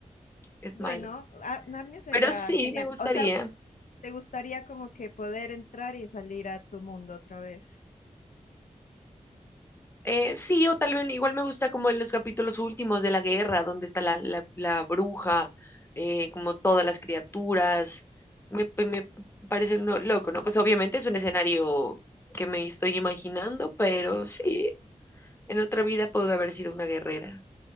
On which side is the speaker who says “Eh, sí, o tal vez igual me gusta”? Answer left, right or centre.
Left